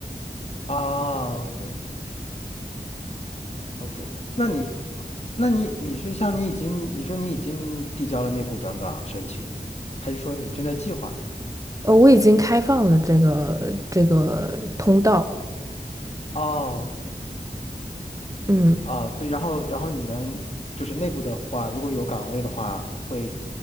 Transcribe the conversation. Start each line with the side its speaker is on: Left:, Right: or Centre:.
Left: 啊，OK OK，那你，那你你是像你已经你说你已经递交了内部转岗申请，还是说你正在计划？
Right: 呃，我已经开放了这个这个通道。
Left: 哦
Right: 嗯，
Left: 啊，所以然后然后你们就是内部的话，如果有岗位的话，会